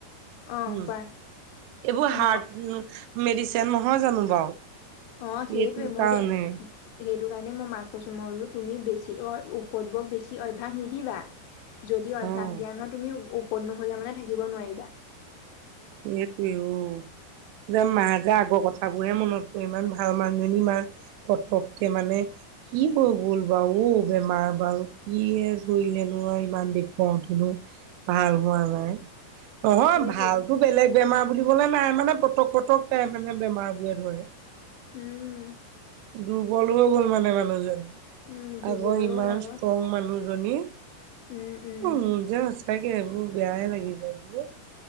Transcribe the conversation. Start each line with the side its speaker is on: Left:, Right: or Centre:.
Left: অ
Right: উম
Left: কোৱা
Right: এইবোৰ হাৰ্ট
Left: নহ
Right: মেডিচিন নহয় জানো বাৰু।
Left: অ
Right: সেইটো
Left: সেইটোৱে মইএতিয়া
Right: কাৰণে
Left: সেইটো সেইটো কাৰণে মই মাক কৈছো মই বোলো তুমি বেছি অ ঔষধ বোক বেছি অভ্যাস নিদিবা যদি অভ্যাস
Right: অ',
Left: দিয়া নহয় তুমি ঔষধত নহলে মানে থাকিব নোৱাৰিবা।
Right: সেইেতোৱে উম যে মা যে আগৰ কথাবোৰহে মনত পৰে ইমান ভাল মানুহ মা পতককে মানে কি হৈ গ'ল বাৰু অ বেমাৰ বাৰু কি ধৰিলে নো ইমান দেখুৱাওতে ভাল হোৱা নাই নহয়
Left: সেইটোৱে
Right: ভালতো বেলেগ বেমাৰ বুলি নাই মানে পটক পটককেই মানে বেমাৰ বোৰে ধৰে।
Left: উম
Right: দুৰ্বল হৈ গ'ল মানে মানুহজনী
Left: উম দুৰ্বল
Right: আগৰ
Left: হৈ
Right: ইমান
Left: গ'ল আকৌ
Right: ষ্ট্ৰং মানুহ। ৰণী অ
Left: উম উম
Right: মোৰ যে সঁচাকে এইবোৰ বেয়াহে লাগি যায়।